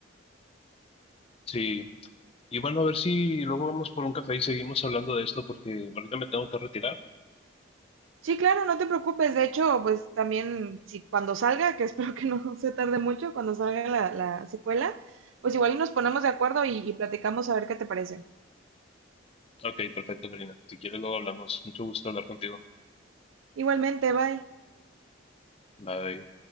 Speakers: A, on the left; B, on the right.
A: Sí. Y bueno, a ver si luego vamos por un café y seguimos hablando de esto porque ahorita me tengo que retirar.
B: Sí, claro, no te preocupes. De hecho, pues también, si cuando salga, que <laughs> espero que no <laughs> se tarde mucho, cuando salga la, la secuela, pues igual y nos ponemos de acuerdo y, y platicamos a ver qué te parece.
A: Ok, perfecto, Karina. Si quieres, luego hablamos. Mucho gusto hablar contigo.
B: Igualmente, bye.
A: Bye.